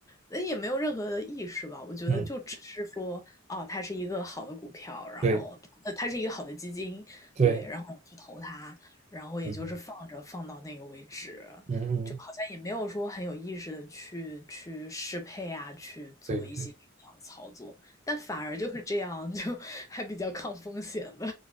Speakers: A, on the left; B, on the right.
A: 那也没有任何的意识吧，我觉得就只是说，
B: 嗯，
A: 哦，它是一个好的股票，然后呃，
B: 对
A: 它是一个好的基金，
B: 对，
A: 对，然后我去投它，然后也就是放着放到那个位置，
B: 嗯嗯嗯，
A: 就好像也没有说很有意识的去去适配啊，去做一些这样的操作，
B: 对。
A: 但反而就是这样，就 <laughs> 还比较抗风险的。